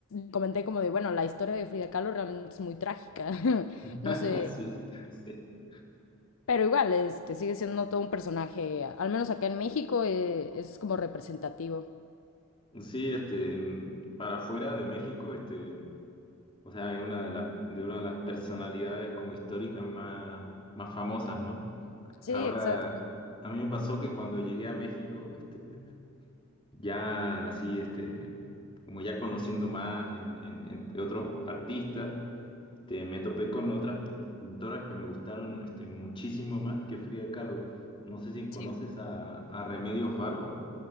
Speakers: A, on the left; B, on the left.
A: comenté como de, bueno, la historia de Frida Kahlo realmente es muy trágica. <laughs>
B: <laughs>
A: No sé.
B: Sí, sí.
A: Pero igual, este, sigue siendo todo un personaje, al menos acá en México, eh, es como representativo.
B: Sí, este, mm, para afuera de México, este, o sea, es una de las, de una de las personalidades como históricas más, más famosas, ¿no?
A: Sí,
B: Ahora,
A: exacto.
B: a mí me pasó que cuando llegué a México, este, ya así, este, como ya conociendo más en, en- entre otros artistas, este, me topé con otras pintoras que me gustaron, este, muchísimo más que Frida Kahlo. No sé si conoces
A: Sí.
B: a, a Remedios Varo.